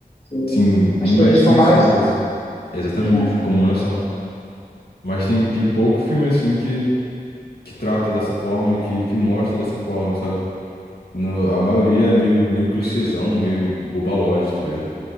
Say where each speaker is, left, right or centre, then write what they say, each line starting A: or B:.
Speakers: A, on the left; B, on the left.
A: Que-
B: Sim, bem
A: as coisas
B: mais sensível,
A: como elas são.
B: assim. Exatamente,
A: né?
B: como elas são. Mas tem, tem pouco filme, assim, que, que trata dessa forma e que, que mostra dessa forma, sabe? No, a maioria é meio, meio clichêzão, meio bobalóide, tá ligado?